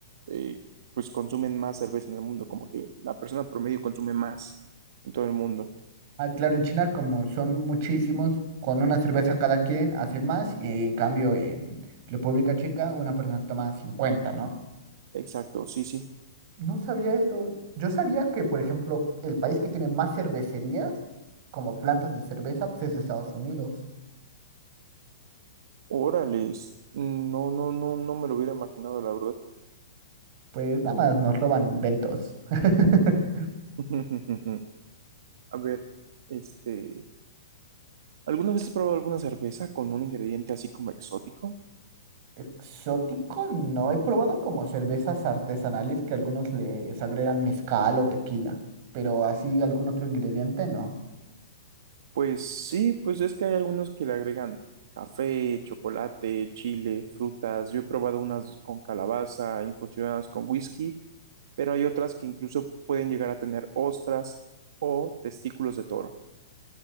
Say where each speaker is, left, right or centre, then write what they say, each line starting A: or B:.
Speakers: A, on the right (about 65°); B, on the right (about 40°).
A: eh, pues consumen más cerveza en el mundo, como que la persona promedio consume más en todo el mundo.
B: Ah, claro, en China como son muchísimos, con una cerveza cada quien hacen más y en cambio en República Checa una persona se toma cincuenta ¿no?
A: Exacto, sí, sí.
B: No sabía eso. Yo sabía que, por ejemplo, el país que tiene más cervecerías como plantas de cerveza, pues es Estados Unidos.
A: Órales, no, no, no, no me lo hubiera imaginado, la verdad.
B: Pues nada más nos roban inventos. <laughs>
A: <laughs> A ver, este, ¿alguna vez has probado alguna cerveza con un ingrediente así como exótico?
B: Exótico, no. He probado como cervezas artesanales que algunos les agregan mezcal o tequila, pero así algún otro ingrediente no.
A: Pues sí, pues es que hay algunos que le agregan café, chocolate, chile, frutas. Yo he probado unas con calabaza, infusionadas con whisky, pero hay otras que incluso pueden llegar a tener ostras o testículos de toro.